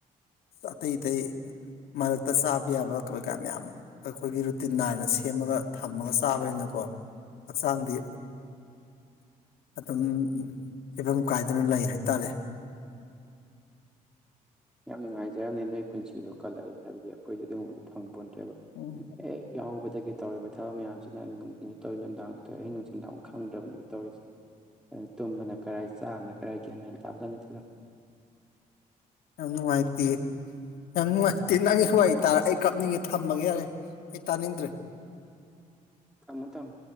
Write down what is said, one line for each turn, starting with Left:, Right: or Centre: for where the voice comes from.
Left: ꯑꯇꯩ ꯑꯇꯩ ꯃꯔꯛꯇ ꯆꯥꯕ ꯌꯥꯕ ꯀꯩ ꯀꯥ ꯃꯌꯥꯝ ꯑꯩꯈꯣꯏꯒꯤ ꯔꯨꯇꯤꯟ ꯅꯥꯏꯅ ꯁꯦꯝꯃꯒ ꯊꯝꯃꯒ ꯆꯥꯕꯅꯤꯅꯀꯣ ꯍꯛꯆꯥꯡꯗꯤ ꯑꯗꯨꯝ ꯐꯤꯕꯝ ꯀꯥꯏꯗꯅ ꯂꯩ ꯍꯥꯏꯇꯥꯔꯦ
Centre: ꯌꯥꯝ ꯅꯨꯡꯉꯥꯏꯖꯔꯝꯅꯤ ꯅꯣꯏ ꯄꯨꯟꯁꯤꯗꯣ ꯀꯜꯂꯛꯑꯦ ꯍꯥꯏꯕꯗꯤ ꯑꯩꯈꯣꯏꯗꯤ ꯑꯗꯨꯒꯨꯝꯕꯗꯣ ꯐꯪꯄꯣꯟꯇꯦꯕ
Left: ꯎꯝ
Centre: ꯑꯦ ꯌꯥꯎꯧꯕꯗꯒꯤ ꯇꯧꯔꯤꯕ ꯊꯕꯛ ꯃꯌꯥꯝꯁꯤꯅ ꯅꯨꯡꯇꯤꯒꯤ ꯇꯧꯋꯦ ꯅꯨꯡꯗꯥꯡꯁꯨ ꯇꯧꯋꯦ ꯑꯍꯤꯡ ꯅꯨꯡꯆꯤꯟꯗꯥꯡ ꯑꯃꯨꯛ ꯈꯪꯗ꯭ꯔꯕꯅꯦꯕ ꯇꯧꯔꯤꯁꯦ ꯇꯨꯝꯕꯅ ꯀꯔꯥꯏ ꯆꯥꯕꯅ ꯀꯔꯥꯏ ꯒ꯭ꯌꯥꯟ ꯃꯦꯅ ꯇꯥꯕꯖꯥꯠ ꯅꯠꯇꯦꯗꯥ
Left: ꯌꯥꯝ ꯅꯨꯡꯉꯥꯏꯇꯦ ꯌꯥꯝ ꯅꯨꯡꯉꯥꯏꯇꯦ ꯅꯪꯒꯤ ꯋꯔꯤ ꯇꯥꯔ ꯑꯩ ꯀꯞꯅꯤꯡꯉꯦ ꯊꯝꯃꯒꯦ ꯌꯥꯔꯦ ꯑꯩ ꯇꯥꯅꯤꯡꯗ꯭ꯔꯦ
Centre: ꯊꯝꯃꯨ ꯊꯝꯃꯨ